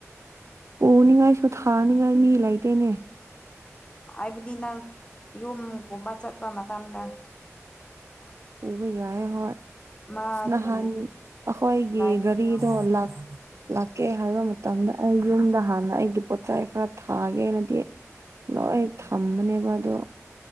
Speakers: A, on the right; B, on the left.
A: ꯄꯅꯤꯡꯉꯥꯏꯁꯨ ꯊꯥꯅꯤꯡꯉꯥꯏ ꯃꯤ ꯂꯩꯇꯦꯅꯦ
B: ꯍꯥꯏꯕꯗꯤ ꯅꯪ ꯌꯨꯝꯒꯨꯝꯕ ꯆꯠꯄ ꯃꯇꯝꯗ
A: ꯎꯕ ꯌꯥꯏ ꯍꯣꯏ
B: ꯃꯥꯗꯤ
A: ꯅꯍꯥꯟ ꯑꯩꯈꯣꯏꯒꯤ
B: ꯂꯥꯏꯛ
A: ꯒꯥꯔꯤꯗꯣ
B: ꯄꯤꯌꯨ
A: ꯂꯄ ꯂꯥꯛꯀꯦ ꯍꯥꯏꯕ ꯃꯇꯝꯗ ꯑꯩ ꯌꯨꯝꯗ ꯍꯥꯟꯅ ꯑꯩꯒꯤ ꯄꯣꯠꯆꯥꯏ ꯈꯔ ꯊꯥꯒꯦꯅꯗꯤ ꯂꯣꯏ ꯊꯝꯕꯅꯦꯕ ꯑꯗꯣ